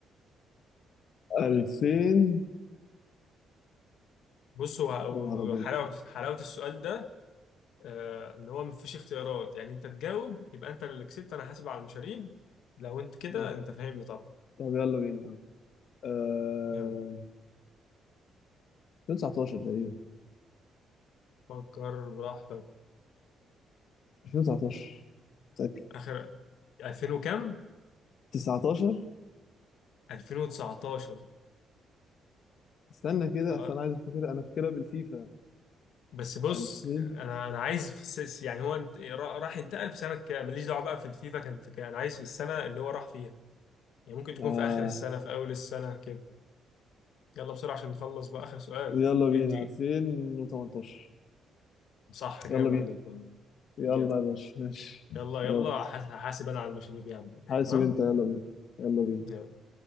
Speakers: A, on the left; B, on the left.
A: 2000
B: بص هو
A: يا نهار أبيض
B: حلاوه حلاوه السؤال ده آه، ان هو مفيش اختيارات يعني انت تجاوب يبقى انت اللي كسبت انا حاسب على المشاريب لو انت كده
A: آه.
B: انت فاهمني طبعا
A: طب يلا بينا آه.
B: يلا
A: 2019 تقريبا
B: فكر براحتك
A: 2019 متأكد
B: اخر 2000 وكام
A: 19
B: 2019
A: استنى كده
B: خلاص
A: أصل أنا عايز أفتكر أنا فاكرها بالفيفا
B: بس بص
A: 2000
B: انا انا عايز في السيس يعني هو انت- را- راح ينتقل في سنه كام ماليش دعوه بقى في الفيفا كان في كام انا عايز في السنه اللي هو راح فيها يعني ممكن تكون
A: آه.
B: في اخر السنه في اول السنه كده يلا بسرعه عشان نخلص بقى اخر سؤال
A: يلا بينا
B: ادي
A: 2018
B: صح جامد
A: يلا بينا
B: عليك والله
A: يلا
B: جامد
A: يا باشا ماشي
B: يلا يلا
A: خلاص
B: حاس- حاسب انا على المشاريب يا عم
A: حاسب
B: تمام
A: أنت يلا بينا يلا بينا
B: يلا.